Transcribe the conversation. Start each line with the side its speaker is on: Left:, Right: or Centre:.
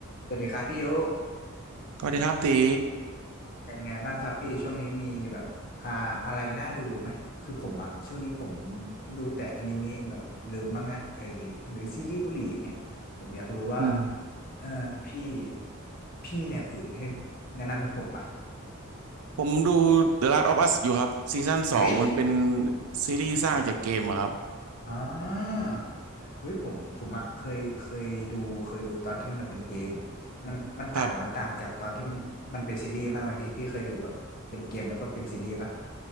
Left: สวัสดีครับพี่โย
Right: สวัสดีครับตี
Left: เป็นไงบ้างครับพี่ช่วงนี้มีแบบอ่าอะไรน่าดูไหมคือผมอะช่วงนี้ผมดูแต่อนิเมะแบบหรือมังงะเออหรือหรือซีรีส์เกาหลีอย่างเงี้ยผมอยากรู้ว่า
Right: อืม
Left: เออพี่พี่มีแนวอื่นให้แนะนำให้ผมปะ
Right: ผมดู The Last of Us อยู่ครับซีซั่นสองมันเป็น
Left: วิ
Right: ซีรีส์สร้างจากเกมอะครับ
Left: อ่าเฮ้ยผมผมอะเคยเคยดูเคยดูตอนที่มันเป็นเกมมันมันต่างมันต่างจากตอนที่
Right: ครับ
Left: มันเป็นซีรีส์มากไหมพี่พี่เคยดูแบบเป็นเกมแล้วก็เป็นซีรีส์ปะ